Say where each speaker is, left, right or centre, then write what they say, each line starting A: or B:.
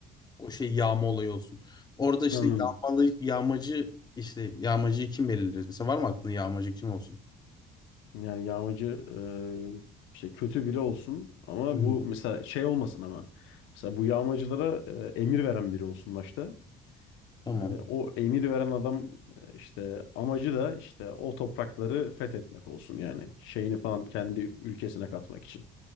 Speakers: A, on the left; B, on the left.
A: o şey yağma olayı olsun. Orada işte
B: Anladım.
A: yağmalı yağmacı işte yağmacıyı kim belirleriz? Mesela var mı aklında yağmacı kim olsun?
B: Yani yağmacı e, işte kötü biri olsun ama
A: Hmm.
B: bu mesela şey olmasın ama. Mesela bu yağmacılara e, emir veren biri olsun başta.
A: Tamam.
B: Ee, o emir veren adam e, işte amacı da işte o toprakları fethetmek olsun yani şeyini falan kendi ülkesine katmak için.